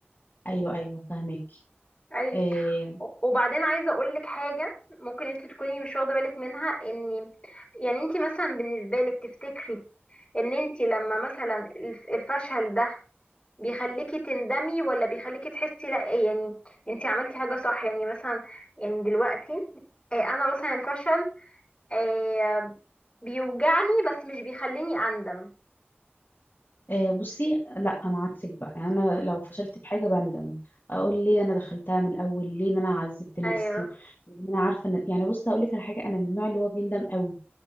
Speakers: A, on the left (about 45°); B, on the left (about 25°).
A: ايوه ايوه فاهمك
B: ايوه
A: آه
B: وبعدين عايزه اقول لك حاجه ممكن انت تكوني مش واخده بالك منها ان يعني انت مثلا بالنسبه لك تفتكري ان انت لما مثلا الف- الفشل ده بيخليكي تندمي ولا بيخليكي تحسي لا يعني انتي عملتي حاجة صح يعني مثلا يعني دلوقتي آه، انا مثلا الفشل آه، بيوجعني بس مش بيخليني اندم
A: آه بصي لا انا عكسك بقى يعني انا لو فشلت في حاجه بندم اقول ليه انا دخلتها من الاول ليه إن انا عذبت نفسي
B: ايوه
A: و- وإن انا عارفه ان يعني بصي هقول لك على حاجه انا من النوع اللي هو بيندم قوي